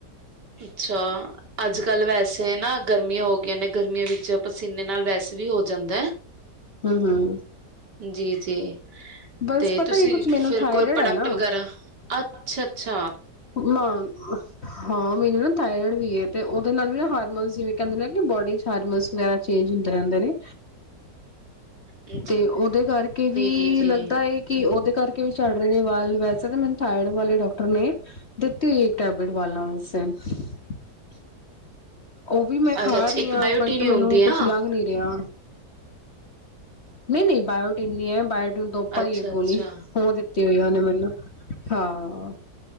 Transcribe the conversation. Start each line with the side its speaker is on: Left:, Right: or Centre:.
Right: ਅੱਛਾ, ਅੱਜ-ਕੱਲ ਵੈਸੇ ਨਾ ਗਰਮੀਆਂ ਹੋ ਗਈਆਂ ਨੇ, ਗਰਮੀਆਂ ਵਿੱਚ ਪਸੀਨੇ ਨਾਲ ਵੈਸੇ ਵੀ ਹੋ ਜਾਂਦੈ।
Left: ਹੂੰ-ਹੂੰ।
Right: ਜੀ-ਜੀ,
Left: ਬਸ
Right: ਤੇ
Left: ਪਤਾ
Right: ਤੁਸੀਂ
Left: ਨੀ ਕੁਛ ਮੈਨੂੰ
Right: ਫੇਰ
Left: ਥਾਇਰਡ
Right: ਕੋਈ ਪ੍ਰੋਡਕਟ
Left: ਹੈ ਨਾ
Right: ਵਗੈਰਾ ਅੱਛਾ-ਅੱਛਾ।
Left: ਨਾਂ ਹਾਂ, ਮੈਨੂੰ ਨਾ ਥਾਇਰੋਇਡ ਵੀਏ, ਤੇ ਓਦੇ ਨਾਲ ਵੀ ਨਾ ਹਾਰਮੋਨ ਜਿਵੇਂ ਕੈਂਦੇ ਨੇ ਕਿ ਬੋਡੀ ਚ ਹਾਰਮੋਨ ਵਗੈਰਾ ਚੇਂਜ ਹੁੰਦੇ ਰੈਂਦੇ ਨੇ।
Right: ਜੀ
Left: ਤੇ ਉਹਦੇ ਕਰਕੇ ਵੀ
Right: ਜੀ ਜੀ
Left: ਲੱਗਦਾ ਏ ਕਿ ਉਹਦੇ ਕਰਕੇ ਵੀ ਝੜ ਰਹੇ ਨੇ ਵਾਲ ਵੈਸੇ ਤਾਂ ਮੈਨੂੰ ਥਾਈਡ ਵਾਲੇ ਡਾਕਟਰ ਨੇ ਦਿੱਤੀ ਹੋਈ ਏ ਇੱਕ ਟੈਬਲੇਟ ਵਾਲਾ ਵਾਸਤੇ ਉਹ ਵੀ ਮੈਂ ਖਾ
Right: ਅੱਛਾ ਅੱਛਾ
Left: ਰਹੀ
Right: ਇੱਕ
Left: ਆ
Right: ਬਾਇਓਟੀਨ
Left: ਬਟ ਮੈਨੂੰ
Right: ਹੁੰਦੀ ਹੈ
Left: ਕੁੱਛ
Right: ਨਾ
Left: ਲੱਗ ਨੀ ਰਿਆ ਨਹੀਂ ਨਹੀਂ ਬਾਇਓਟੀਨ ਨੀ ਐ ਬਾਇਓਟੀਨ ਤੋਂ ਉੱਪਰ
Right: ਅੱਛਾ
Left: ਹੀ ਇੱਕ ਗੋਲੀ
Right: ਅੱਛਾ
Left: ਔ ਦਿੱਤੀ ਤੇ ਹੋਈ ਉਹ ਮੈਨੂੰ ਹਾਂ